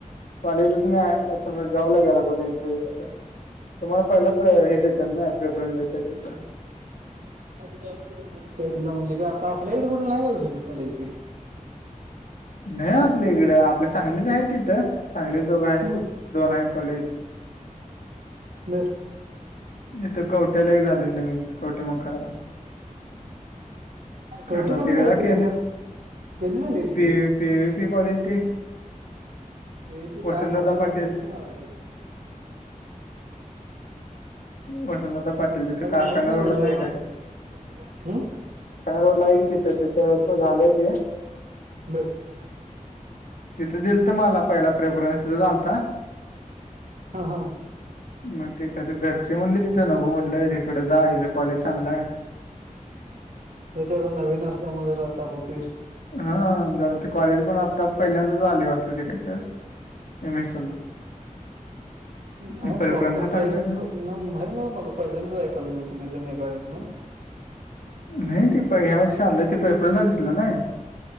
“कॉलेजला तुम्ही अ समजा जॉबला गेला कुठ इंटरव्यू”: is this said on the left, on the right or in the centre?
Left